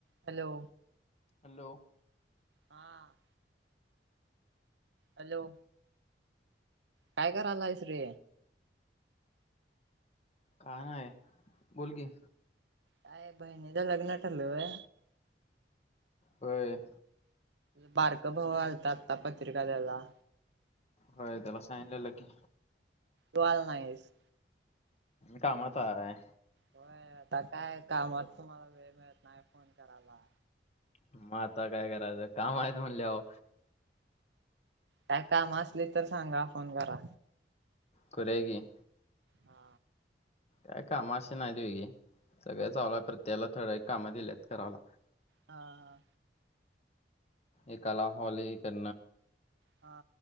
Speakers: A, on the right; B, on the left.
A: हॅलो.
B: हॅलो.
A: हा. हॅलो काय करालायस रे
B: काण आहे बोल की
A: काय बहिणी द लग्न ठलंय
B: होय
A: बारक भाव घलतात आता पत्रिका दला
B: होय त्याला सांगलेलं की
A: तुल नाहीस
B: कामता आहे
A: होय आता काय कामात तुम्हाला वेळ मिळत नाही फोन करायला
B: मग आता काय करायचं काम आहेत म्हणलेह
A: काय काम असले तर सांगा फोन करा
B: कराय क
A: हा
B: काय काम अे नाहीत वगे सगळे चावला प्रत्येला थोड्या कामं दिल्यात करायला
A: हा हा
B: एक कला हॉल हे कर
A: हा